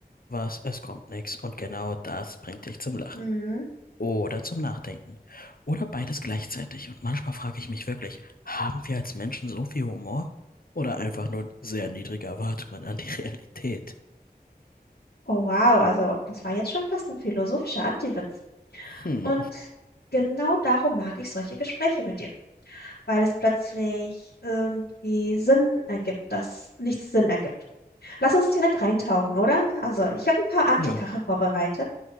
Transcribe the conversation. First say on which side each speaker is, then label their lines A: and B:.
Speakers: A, on the left; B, on the left.
A: was, es kommt nichts und genau das bringt dich zum Lachen
B: Hm.
A: oder zum Nachdenken oder beides gleichzeitig. Und manchmal frage ich mich wirklich, haben wir als Menschen so viel Humor? Oder einfach nur sehr niedrige Erwartungen an die Realität?
B: Oh wow, also das war jetzt schon fast ein philosophischer Antiwitz.
A: Hm,
B: Und genau darum mag ich solche Gespräche mit dir, weil es plötzlich irgendwie Sinn ergibt, dass nichts Sinn ergibt. Lass uns direkt reintauchen, oder? Also, ich habe ein paar Antikacher
A: ja.
B: vorbereitet,